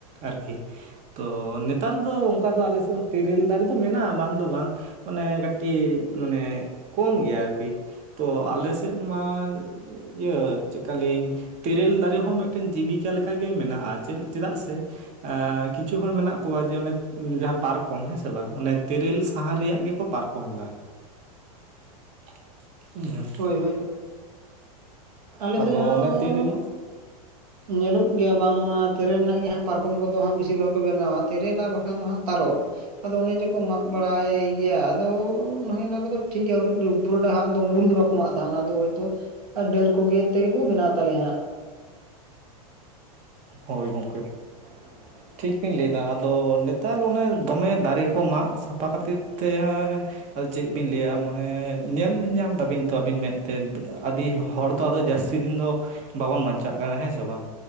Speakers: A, on the right; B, on the right.
A: ᱟᱨᱠᱤ ᱛᱚ ᱱᱮᱛᱟᱨ ᱫᱚ ᱚᱱᱠᱟ ᱫᱚ ᱟᱞᱮ ᱥᱮᱫ ᱛᱮᱨᱮᱞ ᱫᱟᱨᱮ ᱫᱚ ᱢᱮᱱᱟᱜᱼᱟ ᱵᱟᱝ ᱫᱚ ᱵᱟᱝ ᱢᱟᱱᱮ ᱠᱟᱹᱴᱤᱡ ᱢᱟᱱᱮ ᱠᱚᱢ ᱜᱮᱭᱟ ᱟᱨᱠᱤ᱾ ᱛᱚ ᱟᱞᱮ ᱥᱮᱫ ᱢᱟ ᱤᱭᱟᱹ ᱪᱮᱫᱠᱟ ᱞᱟ. ᱭᱤᱧ ᱛᱮᱨᱮᱞ ᱫᱟᱨᱮ ᱦᱚᱸ ᱢᱤᱫᱴᱮᱱ ᱡᱤᱵᱤᱠᱟ ᱞᱮᱠᱟᱜᱮ ᱢᱮᱱᱟᱜᱼᱟ ᱪᱮᱫᱟᱜ ᱥᱮ ᱠᱤᱪᱷᱩ ᱦᱚᱲ ᱢᱮᱱᱟᱜ ᱠᱚᱣᱟ ᱡᱮ ᱚᱱᱮ ᱡᱟᱦᱟᱸ ᱯᱟᱨᱠ ᱠᱚᱢ ᱦᱮᱸ ᱥᱮ ᱵᱟᱝ ᱚᱱᱮ ᱛᱮᱨᱮᱞ ᱥᱟᱦᱟ ᱨᱮᱭᱟᱜ ᱜᱮᱠᱚ ᱯᱟᱨᱠᱚᱢ ᱫᱟ᱾ <unintelligible>
B: ᱦᱳᱭ ᱦᱳᱭ ᱟᱞᱮ
A: ᱟᱫᱚ
B: ᱥᱮᱫ ᱦᱚᱸ
A: ᱚᱱᱮ ᱛᱮᱨᱮᱞ
B: ᱧᱮᱞᱚᱜ ᱜᱮᱭᱟ ᱵᱟᱝᱢᱟ ᱛᱮᱨᱮᱞ ᱨᱮᱱᱟᱜ ᱜᱮ ᱦᱟᱸᱜ ᱯᱟᱨᱠᱚᱢ ᱠᱚᱫᱚ ᱦᱟᱸᱜ ᱵᱤᱥᱤᱨ ᱵᱷᱟᱜᱽ ᱠᱚ ᱵᱮᱱᱟᱣᱟ᱾ ᱛᱮᱨᱮᱞ ᱟᱨ ᱵᱟᱠᱷᱟᱱ ᱫᱚ ᱦᱟᱸᱜ ᱛᱟᱨᱚᱵᱯ᱾ ᱟᱫᱚ ᱚᱱᱮ ᱡᱮᱠᱚ ᱢᱟᱜ ᱵᱟᱲᱟᱭ ᱜᱮᱭᱟ ᱟᱫᱚ ᱚᱱᱮ ᱚᱱᱟ ᱠᱚᱫᱚ ᱴᱷᱤᱠ ᱜᱮᱭᱟ ᱯᱩᱨᱟᱹᱴᱟ ᱦᱟᱸᱜ ᱫᱚ ᱢᱩᱞ ᱫᱚ ᱵᱟᱠᱚ ᱢᱟᱜᱫᱟ ᱚᱱᱟ ᱫᱚ ᱦᱚᱭᱛᱚ ᱰᱟᱹᱨ ᱠᱚᱜᱮ ᱛᱮᱜᱮ ᱠᱚ ᱵᱮᱱᱟᱣ ᱛᱟᱞᱮᱭᱟ ᱦᱟᱸᱜ᱾
A: ᱦᱳᱭ ᱜᱚᱢᱠᱮ
B: <inaudible>
A: ᱴᱷᱤᱠ ᱵᱮᱱ ᱞᱟᱹᱭ ᱮᱫᱟ ᱟᱫᱚ ᱱᱮᱛᱟᱨ ᱚᱱᱮ ᱫᱚᱢᱮ ᱫᱟᱨᱮ ᱠᱚ ᱢᱟᱜ ᱥᱟᱯᱷᱟ ᱠᱷᱟᱹᱛᱤᱨ ᱛᱮ ᱟᱫᱚ ᱪᱮᱫ ᱵᱤᱱ ᱞᱟᱹᱭᱟ ᱢᱟᱱᱮ ᱧᱮᱞ ᱧᱟᱢ ᱫᱟᱵᱤᱱ ᱛᱚ ᱟᱹᱵᱤᱱ ᱢᱮᱫᱛᱮ ᱟᱹᱫᱤ ᱦᱚᱲ ᱫᱚ ᱟᱫᱚ ᱡᱟᱹᱥᱛᱤ ᱫᱤᱱ ᱫᱚ ᱵᱟᱵᱚᱱ ᱵᱟᱧᱪᱟᱜ ᱠᱟᱱᱟ ᱦᱮᱸ ᱥᱮ ᱵᱟᱝ?